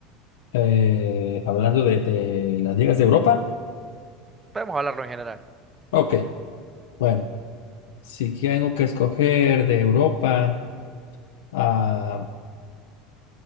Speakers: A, on the left; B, on the right.
A: Eh, hablando de, de las ligas de Europa.
B: Podemos hablarlo en general.
A: Ok, bueno, si tengo que escoger de Europa, ah,